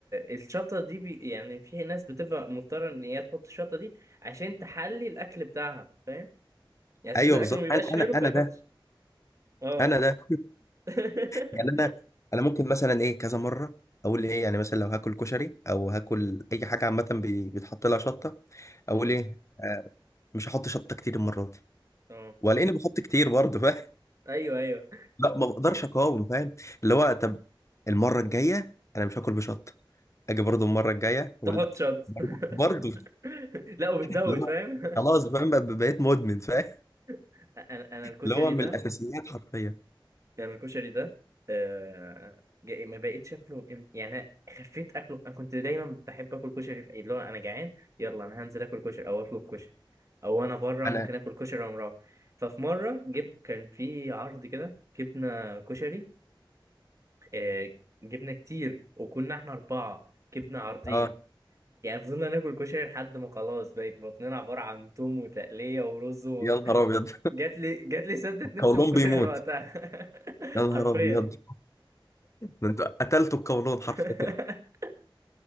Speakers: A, on the right; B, on the left.
A: الشطه دي بي يعني في ناس بتبقى مضطره ان هي تحط الشطه دي عشان تحلي الاكل بتاعها فاهم يعني ساعات
B: ايوه
A: الاكل
B: بالظبط
A: ما بيبقاش
B: انا
A: حلو
B: انا انا
A: فيحط
B: ده
A: اه
B: انا ده
A: <laughs>
B: يعني انا انا ممكن مثلا ايه كذا مره اقول ايه يعني مثلا لو هاكل كشري او هاكل اي حاجه عامه بي- بيتحط لها شطه
A: اه
B: اقول ايه آه مش هحط شطه كتير المره دي
A: اه
B: ولاني بحط كتير برضه فاهم
A: ايوه ايوه
B: لا ما بقدرش اقاوم فاهم اللي هو طب المره الجايه انا مش هاكل بشطه اجي برضه المره الجايه ولا
A: تحط شط
B: <laughs> برضه
A: <laughs> لا وبتزود
B: اللي هو
A: فاهم
B: خلاص فاهم بق- بقيت مدمن فاهم
A: <laughs> انا انا الكشري
B: اللي هو من
A: ده
B: الاساسيات حرفيا
A: انا الكشري ده آه جا- ما بقيت شكله يعني أنا خفيت اكله انا كنت دايما بحب اكل كشري في اي اللي هو انا جعان يلا انا هنزل اكل كشري او اطلب كشري او انا بره
B: انا
A: ممكن اكل كشري وانا مروح ففي مره جبت كان في عرض كده جبنا كشري آه جبنا كتير وكنا احنا اربعه جبنا عرضين
B: اه
A: يعني فضلنا ناكل كشري لحد ما خلاص بقت بطننا عبارة عن توم وتقلية ورز
B: يا نهار ابيض
A: جات لي جات لي سدت
B: <laughs>
A: نفسي
B: قولون
A: من الكشري
B: بيموت
A: من وقتها <laughs>
B: يا نهار
A: حرفيا
B: ابيض ده انت قتلته بقولون حرفيا
A: <laughs>
B: <laughs>